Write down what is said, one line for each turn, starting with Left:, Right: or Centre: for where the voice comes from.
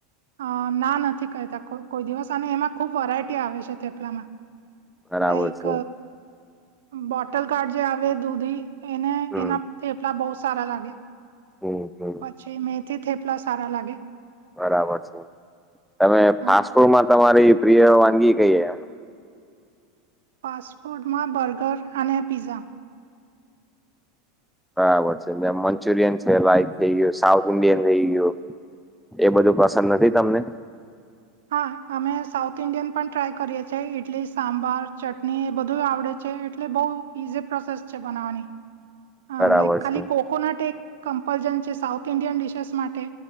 Right: અ ના નથી કહેતા કોઈ દિવસ એમાં ખુબ વેરાયટી આવે છે થપલામાં.
Centre: બરાબર
Right: લાઈક
Centre: છે.
Right: બોટલ કાર્ડ જે આવે દૂધી એને
Centre: હમ્મ
Right: એના. થેપલા બહુ સારા લાગે
Centre: હમ્મ હમ્મ.
Right: પછી મેથી થેપલા સારા લાગે.
Centre: બરાબર છે તમે
Right: હા
Centre: ફાસ્ટ ફૂડમાં તમારી પ્રિય વાનગી કઈ.
Right: ફાસ્ટફૂડમાં બર્ગર અને પીઝા.
Centre: બરાબર છે મંચુરિયન છે લાઈક થઈ ગયું સાઉથ ઇન્ડિયન થઈ ગયું. એ બધું પસંદ નથી તમને.
Right: હા અમે સાઉથ ઇન્ડિયન પણ ટ્રાય કરીએ છેએ ઇડલી સાંભાર ચટણી એ બધું આવડે છે. એટલે બહુ ઈઝી પ્રોસેસ છે બનાવવાની.
Centre: બરાબર
Right: લાઈક ખાલી
Centre: છે.
Right: કોકોનટ એક કમ્પલજન છે સાઉથ ઇન્ડિયન ડિશસ માટે.